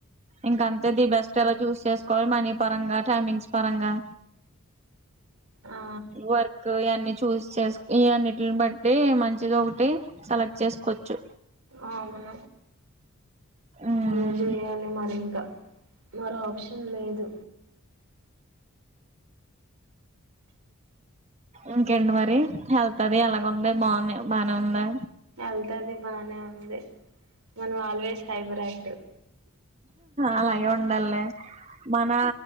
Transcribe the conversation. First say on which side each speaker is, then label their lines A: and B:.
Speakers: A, on the right (about 30°); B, on the right (about 80°).
A: ఇంక అంతేది బెస్ట్ ఎలా చూస్ కల్ మనీ పరంగా టైమింగ్స్ పరంగా
B: ఆ
A: వర్క్ ఇవన్నీ చూస్ చేసు ఈ అన్నిటిలిని బట్టి మంచిది ఒకటి సెలెక్ట్ చేసుకోవచ్చు
B: అ మన
A: మ్మ్
B: అదే చెయాలి మరి ఇంకా మరో ఆప్షన్ లేదు
A: ఇంకేంటి మరి హెల్త్ అది ఎలాగుంది బానే బానే ఉందా
B: హెల్త్ అది బానే ఉంది మనం ఆల్వేస్ హైపర్ ఆక్టివ్
A: అలాగేయ్ ఉండలే మన